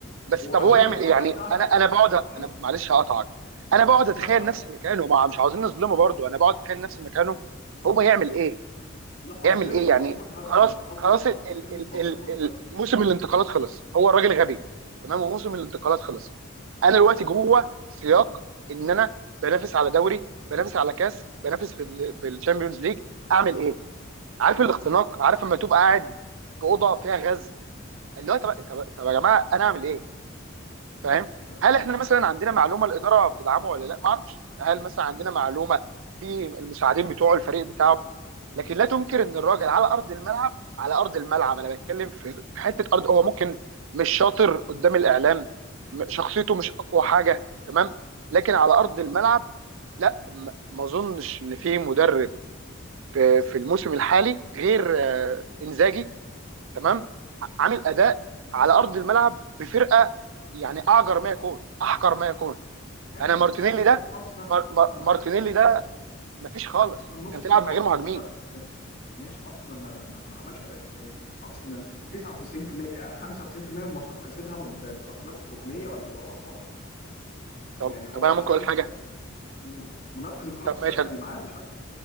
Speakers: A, on the right; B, on the left.
A: بس
B: وبعدين
A: طب هو يعمل
B: الخطه
A: ايه يعني
B: بتاعتك
A: انا انا بقعد انا
B: اقول
A: معلش هقطعك انا بقعد اتخيل
B: لا لا عادي
A: نفسي مكانه ما مش عاوزين نظلمه برضه انا بقعد اتخيل نفسي مكانه هو يعمل ايه
B: لا
A: يعمل
B: اظلمه
A: ايه يعني
B: اظلمه لسبب
A: خلاص
B: انا مش قصدي
A: خلاص
B: قصدي
A: ال
B: كده
A: ال
B: مش بظلمه
A: ال ال
B: لسبب
A: موسم الانتقالات خلص هو الراجل غبي تمام وموسم الانتقالات خلص انا دلوقتي جوه سياق ان انا بنافس على دوري بنافس على كاس بنافس في ال في الشامبيونز ليج اعمل ايه عارف الاختناق عارف لما تبقى قاعد في اوضه فيها غاز اللي هو طب طب طب يا جماعه انا اعمل ايه فاهم
B: تمام
A: هل احنا مثلا عندنا
B: آه،
A: معلومه الاداره بتدعمه ولا لا ما اعرفش هل مثلا عندنا معلومه في المساعدين بتوعه الفريق بتاعه لكن لا تنكر ان الراجل على ارض الملعب على ارض الملعب انا بتكلم في في حته ارض هو ممكن مش شاطر قدام الاعلام م- شخصيته مش اقوى حاجه تمام لكن على ارض الملعب لا م- ما اظنش ان في مدرب في في الموسم الحالي غير آه، انزاجي تمام عامل اداء على ارض الملعب بفرقه يعني اعجر ما يكون احقر ما يكون
B: ماشي ماشي
A: انا مارتينيلي
B: ما انت عندك دلوقتي
A: ده
B: ارسنال
A: مار
B: ارسنال
A: مار مارتينيلي
B: ما عملش اداء
A: ده مفيش خالص
B: ارسنال
A: انت
B: نص
A: بتلعب
B: ماتشاته
A: من غير مهاجمين
B: كسبها كس... ماشي ارسنال ما, ما, ما عملش اداء السنه دي ارسنال 99% 95% من ماتشاته كسبها ب- بركلات ركنيه ولا ضربات حره
A: طب
B: يعني هو
A: طب انا
B: عشان
A: ممكن اقول حاجه
B: مم. منفذ الكرات
A: طب
B: الثابته
A: ماشي أنا-
B: اللي معاه مش اكتر